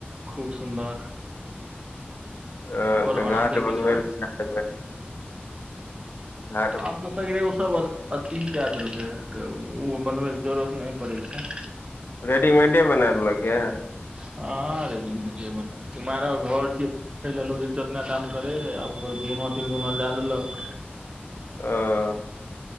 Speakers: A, on the right; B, on the left.
A: खूब सुन्दर
B: हँ
A: ओकर
B: तऽ
A: आनन्दे
B: घाट बनबै
A: विचार
B: लए घाट
A: आब त सगरे उ सब ' अथी कै देलकै तऽ ओ बनबैके जरूरत त नहि पड़ै छै
B: रेडीमेडे बना देएल कए
A: हँ रेडीमेड बना कुमार घर छै पहिले लोग जतने दाम करै रहै आब ओकर दुगुना तीन गुना लए लेलक
B: ह <inaudible> <unintelligible>